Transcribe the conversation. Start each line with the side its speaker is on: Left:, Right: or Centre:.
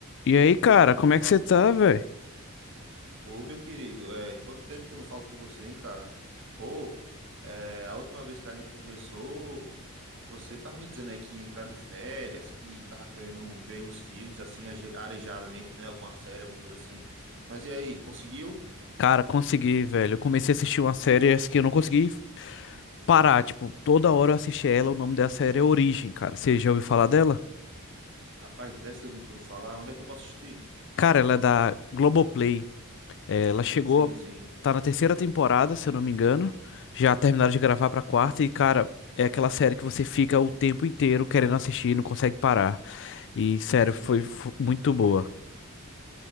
Left: E aí, cara, como é
Right: Fa-
Left: que você tá, velho?
Right: Ô, meu querido, é, quanto tempo que eu não falo com você, hein, cara? Pô, é, a última vez que a gente conversou, você tava me dizendo aí que ia entrar de férias, que tava querendo ver uns filmes, assim, aje- arejadamente, né? Alguma série, alguma coisa assim. Mas e aí, conseguiu?
Left: Cara, consegui, velho. Eu comecei a assistir uma série essa que eu não consegui parar. Tipo, toda hora eu assisti ela. O nome da série é Origem, cara. Você já ouviu falar dela?
Right: Rapaz, dessa eu nunca ouvi falar. Onde é que eu posso assistir?
Left: Cara, ela é da Globoplay. É, ela chegou,
Right: Sim, sim,
Left: tá na terceira temporada, se eu não me engano. Já terminaram de gravar pra quarta. E, cara, é aquela série que você fica o tempo inteiro querendo assistir e não consegue parar. E, sério,
Right: sim.
Left: foi fu- muito boa.